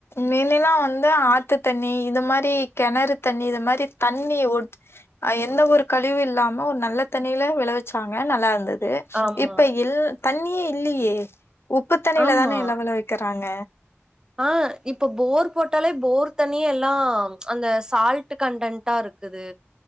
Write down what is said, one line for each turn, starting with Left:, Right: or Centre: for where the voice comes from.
Left: மின்னேலல்லா வந்து ஆத்து தண்ணி இது மாரி கெணறு தண்ணி இது மாரி தண்ணிய உட் அ எந்த ஒரு கழிவு இல்லாம ஒரு நல்ல தண்ணியில விளைவிச்சாங்க நல்லா இருந்தது
Right: ஆமா
Left: இப்ப இல் தண்ணியே இல்லியே உப்பு தண்ணில
Right: ஆமா
Left: தானே எல்லாவல வைக்கிறாங்க
Right: ஆ இப்ப போர் போட்டாலே போர் தண்ணியே எல்லாம் அந்த சால்ட் கன்டன்ட்டா இருக் க்குது